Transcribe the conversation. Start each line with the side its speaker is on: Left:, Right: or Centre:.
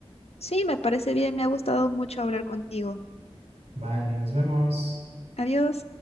Left: sí, me parece bien, me ha gustado mucho hablar contigo.
Right: Vale, nos vemos.
Left: Adiós.